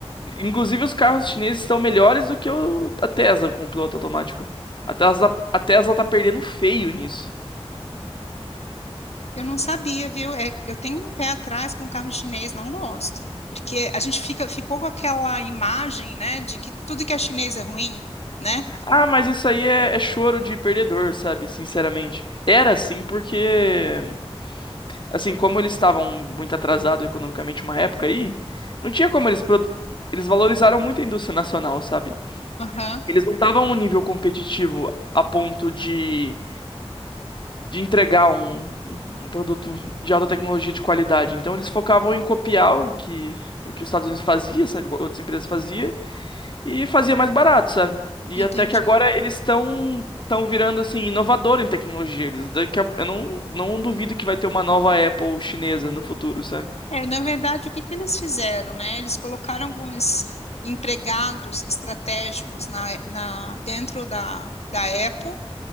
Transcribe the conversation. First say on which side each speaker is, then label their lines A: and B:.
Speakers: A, on the left; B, on the left.
A: Inclusive, os carros chineses estão melhores do que o, a Tesla com o piloto automático. A Tesla, a Tesla tá perdendo feio nisso.
B: Eu não sabia, viu? É, eu tenho um pé atrás com carro chinês, não gosto. Porque a gente fica, ficou com aquela imagem, né, de que tudo que é chinês é ruim, né?
A: Ah, mas isso aí é, é choro de perdedor, sabe? Sinceramente. Era assim porque Assim, como eles estavam muito atrasados economicamente uma época aí, não tinha como eles produ... eles valorizaram muito a indústria nacional, sabe?
B: Aham,
A: Eles não estavam a um nível competitivo a ponto de de entregar um, um produto de alta tecnologia de qualidade. Então eles focavam em copiar o que o que os Estados Unidos fazia, sabe? o que Outras empresas fazia e fazia mais barato, sabe? E
B: entendi.
A: até que agora eles estão estão virando assim inovador em tecnologia. Eles daqui a... eu não não duvido que vai ter uma nova Apple chinesa no futuro, sabe?
B: É, na verdade, o que que eles fizeram, né? Eles colocaram alguns empregados estratégicos na, na, dentro da, da Apple